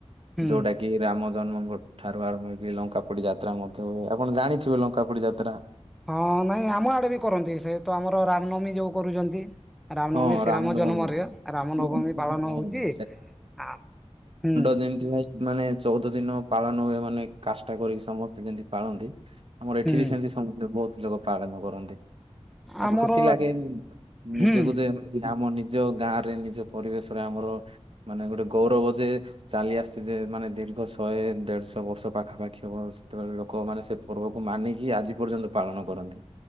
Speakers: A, in the centre; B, on the right (about 55°).
A: ହୁଁ
B: ଯୋଉଟା କି ରାମ ଜନ୍ମଙ୍କ ଠାରୁ ଆରମ୍ଭ ହେଇକି ଲଙ୍କାପୋଡି ଯାତ୍ରା ମଧ୍ୟ ହୁଏ, ଆପଣ ଜାଣିଥିବେ ଲଙ୍କାପୋଡି ଯାତ୍ରା।
A: ହଁ ନାଇଁ ଆମ ଆଡେ ବି କରନ୍ତି ସେ ତ ଆମର ରାମନବମୀ ଯୋଉ କରୁଚନ୍ତି। ରାମନବମୀ
B: ହଁ
A: ଶ୍ରୀରାମ
B: ରାମନବମୀ।
A: ଜନ୍ମରେ ରାମନବମୀ
B: ହୁଁ
A: ପାଳନ ହଉଚି, ଆ ହୁଁ।
B: ଯେମତି ଭାଇ ମାନେ ଚଉଦ ଦିନ ପାଳନ ହୁଏ ମାନେ କାଷ୍ଟା କରିକି ସମସ୍ତେ ଯେମିତି ପାଳନ୍ତି ଆମର ଏଠି
A: ହୁଁ
B: ବି ସେମତି <unintelligible> ବହୁତ ଲୋକ ପାଳନ କରନ୍ତି। ଆଉ
A: ଆମର
B: ଖୁସି ଲାଗେ ନିଜକୁ
A: ହୁଁ
B: ଯେ ଆମ ନି ନିଜ ଗାଁ ରେ ନିଜ ପରିବେଶ ରେ ଆମର ମାନେ ଗୋଟେ ଗୌରବ ଯେ ଚାଲି ଆସଚି ଯେ ମାନେ ଦି ର୍ଘ ଶହେ ଦେଢ଼ଶ ବର୍ଷ ପାଖାପାଖି ହବ ସେତେବେଳେ ଲୋକମାନେ ସେ ପର୍ବକୁ ମାନିକି ଆଜି ପର୍ଯ୍ୟନ୍ତ ପାଳନ କରନ୍ତି।